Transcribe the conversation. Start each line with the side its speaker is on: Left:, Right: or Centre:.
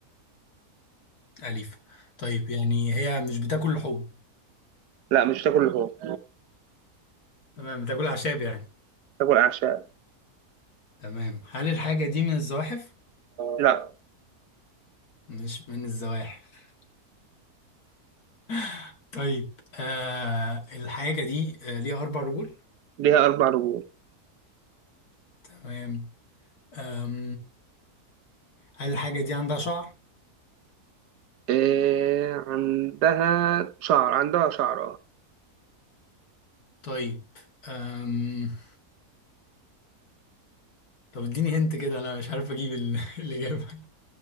Left: أليفة طيب يعني هي مش بتاكل لحوم
Right: لا مش تاكل لحوم
Left: تمام بتاكل أعشاب يعني
Right: تاكل أعشاب
Left: تمام هل الحاجة دي من الزواحف؟
Right: لا
Left: مش من الزواحف <laughs> طيب آه الحاجة دي آه ليها أربع رجول
Right: ليها أربع رجول
Left: تمام آم هل الحاجة دي عندها شعر؟
Right: إيه عندها شعر عندها شعر اه
Left: طيب آم طب اديني هنت كده أنا مش عارف أجيب ال- <laughs> الإجابة